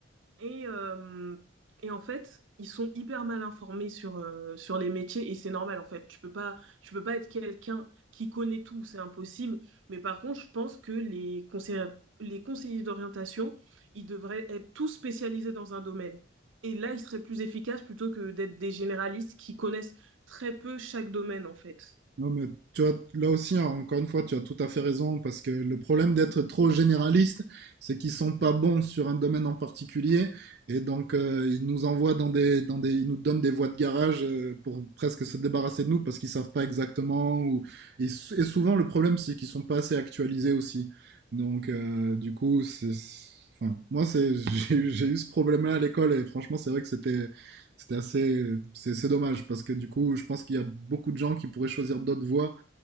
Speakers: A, on the right (about 85°); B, on the right (about 55°).
A: et, euh, et en fait, ils sont hyper mal informés sur, euh, sur les métiers et c'est normal en fait. Tu peux pas, tu peux pas être quelqu'un qui connaît tout, c'est impossible. Mais par contre, je pense que les conseillers, les conseillers d'orientation, ils devraient être tous spécialisés dans un domaine. Et là, ils seraient plus efficaces plutôt que d'être des généralistes qui connaissent très peu chaque domaine en fait.
B: Non, mais tu vois, là aussi, hein, encore une fois, tu as tout à fait raison, parce que le problème d'être trop généraliste, c'est qu'ils sont pas bons sur un domaine en particulier, et donc euh, ils nous envoient dans des, dans des, ils nous donnent des voies de garage euh, pour presque se débarrasser de nous, parce qu'ils savent pas exactement, ou, et, sou- et souvent le problème, c'est qu'ils sont pas assez actualisés aussi. Donc, euh, du coup, c'est, enfin, moi, c'est, <laughs> j'ai eu j'ai eu ce problème-là à l'école, et franchement, c'est vrai que c'était, c'était assez. C'est c'est dommage parce que du coup, je pense qu'il y a beaucoup de gens qui pourraient choisir d'autres voies